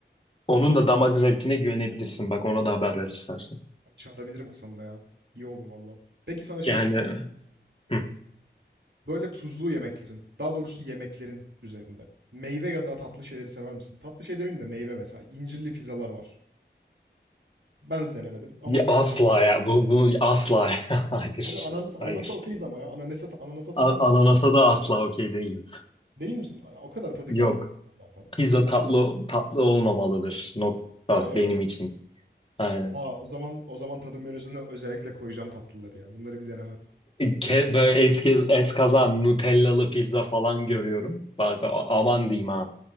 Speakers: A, on the left; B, on the right.
A: Onun da damak zevkine güvenebilirsin. Bak ona da haber ver istersen.
B: Abi Çağırabilirim Hasan'ı da ya. İyi olur valla. Peki sana şey
A: Yani
B: soracağım.
A: hı.
B: Böyle tuzlu yemeklerin, daha doğrusu yemeklerin üzerinde. Meyve ya da tatlı şeyleri sever misin? Tatlı şey demeyeyim de meyve mesela. İncirli pizzalar var. Ben de denemedim ama gördüm.
A: Asla ya. Bu, bu asla. <laughs> Hayır.
B: Abi ananas,
A: Hayır.
B: ananasa okeyiz ama ya. Ananasa, ananasa
A: A-
B: tamam
A: Ananasa
B: diyor.
A: da asla okey değilim.
B: Değil misin? O kadar tadı
A: Yok.
B: gelmiyor zaten.
A: Pizza
B: Yüzde
A: tatlı
B: yüz-
A: tatlı olmamalıdır. Nokta
B: öyle
A: benim
B: mi?
A: için. Aynen.
B: Aa, o zaman o zaman tadım menüsüne özellikle koyacağım tatlıları ya. Bunları bir deneme.
A: Ke- Böyle eski eskaza Nutellalı pizza falan görüyorum. Bak a- aman diyeyim ha.